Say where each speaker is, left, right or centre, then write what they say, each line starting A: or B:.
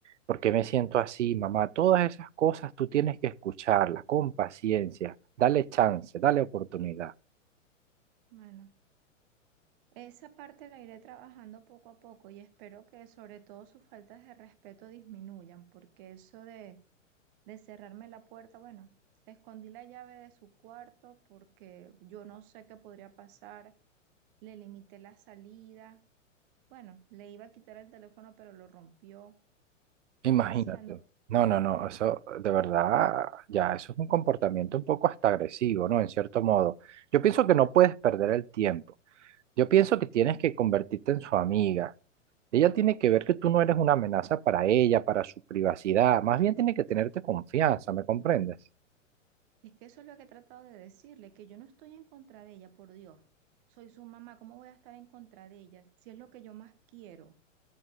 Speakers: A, on the right (about 65°); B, on the right (about 40°).
A: por qué me siento así, mamá. Todas esas cosas tú tienes que escucharlas con paciencia. Dale chance, dale oportunidad.
B: Bueno. Esa parte la iré trabajando poco a poco y espero que sobre todo sus faltas de respeto disminuyan, porque eso de, de cerrarme la puerta, bueno, le escondí la llave de su cuarto porque yo no sé qué podría pasar, le limité la salida, bueno, le iba a quitar el teléfono pero lo rompió
A: Imagínate.
B: y así ando.
A: No, no, no, eso de verdad, ya, eso es un comportamiento un poco hasta agresivo, ¿no? En cierto modo. Yo pienso que no puedes perder el tiempo. Yo pienso que tienes que convertirte en su amiga. Ella tiene que ver que tú no eres una amenaza para ella, para su privacidad. Más bien tiene que tenerte confianza, ¿me comprendes?
B: Es que eso es lo que he tratado de decirle, que yo no estoy en contra de ella, por Dios. Soy su mamá, ¿cómo voy a estar en contra de ella si es lo que yo más quiero?